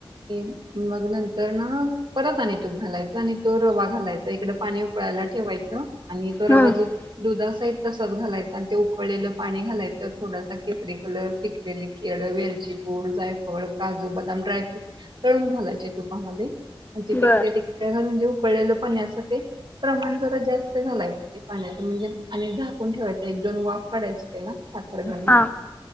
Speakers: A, on the right (about 55°); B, on the left (about 20°).
A: की मग नंतर ना परत आणि तूप घालायचं आणि तो रवा घालायचा इकड पाणी उकळायला ठेवा. ठेवायचं आणि तो रवा
B: हम्म
A: दुधासहित. तसंच घालायचं आणि ते उकळलेलं पाणी घालायचं थोडासा केसरी कलर पिकलेली केळ, वेलची. थोड जाय. फळ काजू, बदाम ड्रायफ्रूट तळून घालायचे तुपामध्ये आणि ते पिकलेले
B: बर
A: केळ घालून घेऊन. उकळलेलं पाण्याच ते प्रमाण जरा जास्त घालायचं ते पाण्याच म्हणजे आणि झाकून ठेवायच एक. दोन वाफ काढायची त्याला साखर घालून
B: हा